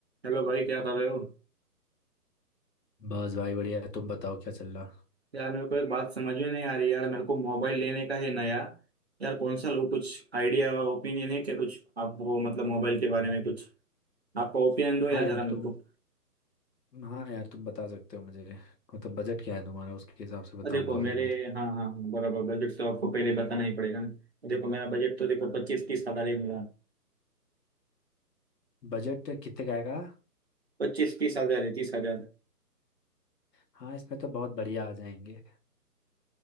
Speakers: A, on the right (about 45°); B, on the left (about 85°).
A: Hello भाई क्या कर रहे हो
B: बस भाई बढ़िया तुम बताओ क्या चल रहा
A: यार मेरे को एक बात समझ में नहीं आ रही यार मेरे को मोबाइल लेने का है नया यार कौन सा लो कुछ आइडिया और ओपिनियन है क्या कुछ आपको मतलब मोबाइल के बारे में कुछ आपका ओपिनियन दो यार
B: हाँ यार
A: जरा मेरे
B: तुम
A: को
B: हाँ यार तुम बता सकते हो मुझे मतलब बजट क्या है तुम्हारा उसके हिसाब से बताऊंगा
A: अ, देखो मेरे
B: फिर मैं
A: हाँ हाँ हाँ, बराबर बजट तो आपको पहले बताना ही पड़ेगा ना देखो मेरा बजट तो देखो पच्चीस तीस हजार है मेरा
B: बजट कितने का आएगा
A: पच्चीस तीस हजार है तीस हजार
B: हाँ इसमें तो बहुत बढ़िया आ जाएंगे